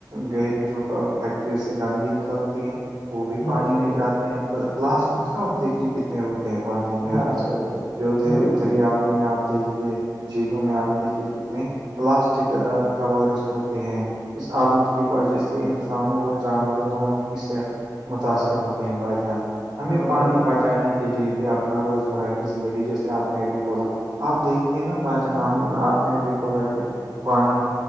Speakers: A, on the right; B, on the left.
A: گہری جو فیکٹری سے گندگی ن چلتی ہیں وہ بھی پانی
B: ہاں بھائی
A: میں
B: جان
A: جاتے ہیں پلاسٹک سا آپ دیکھی کتنے ہوتے پانی میں
B: ہاں
A: آج
B: بھائی
A: کل
B: جان
A: جو د
B: ہاں بھائی
A: دریا
B: جان
A: میں آپ دیکھیے جیرو میں آپ دیکھیے کتنے پلاسٹک کورس ہوتے ہیں اس آلود کی وجہ سے انسانوں اور جانوروں دونوں کی صحت متاثر ہوتی ہیں بھائی جان ہمیں
B: ہاں بھائی
A: پانی بچ جانے کے لیے بھی اپنا روزمرہ کی زندگی جیسے آپ نے ابھی بولا آپ دیکھیے نا پہچان آپ نے بھی بولا کہ پانی